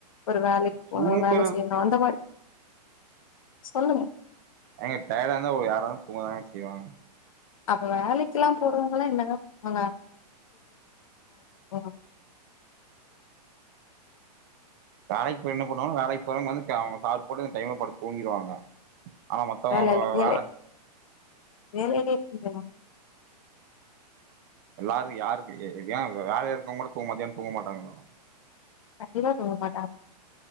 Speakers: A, on the left (about 55°); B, on the right (about 25°).
A: ஒரு வேலைக்கு
B: தூங்குறது
A: போனு வேல செய்யணு அந்த மாரி சொல்லுங்க
B: ஏங்க டயர்டா இருந்தா யாராயிருந்தாலு தூங்கதாங்க செய்வாங்க
A: அப்ப வேலைக்கெல்லா போறவங்கல்லா என்னங்க பன்வாங்க <unintelligible>
B: வேலைக்கு போய் என்ன பண்ணுவாங்க வேலைக்கு போறவங்க வந்து அவங்க சாப்பிட்டு அந்த டைம்ல படுத்து தூங்கிடுவாங்க ஆனா மத்தவங்க
A: வேலல வேலை
B: வேல
A: வேலையே <unintelligible>
B: எல்லாருக்கு யாருக்கு ஏ வேல இருக்கவங்களு கூட மத்தியானோ தூங்க மாட்டாங்கலா
A: கண்டிப்பா தூங்க மாட்டாங்க